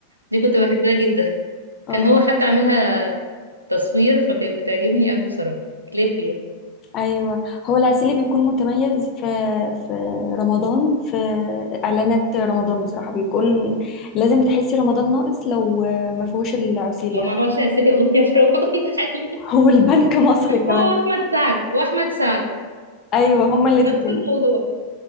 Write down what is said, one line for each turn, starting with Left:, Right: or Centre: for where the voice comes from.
Right: دي كنت بحبها جدا <laughs>
Left: اه
Right: كان هو حتى عاملها تصوير فكانت بتعجبني قوي بصراحه كليب يعني
Left: ايوه هو العسيلي بيكون متميز في في رمضان في اعلانات رمضان بصراحه بيكون لازم تحسي رمضان ناقص لو ما فيهوش العسيلي
Right: لو
Left: يعني
Right: ما عملش عسيلي اغنيه في رمضان <laughs> ده حقيقي
Left: <laughs> هو البنك مصر كمان
Right: هو احمد سعد واحمد سعد
Left: ايوه هما الاثنين
Right: نفس الموضوع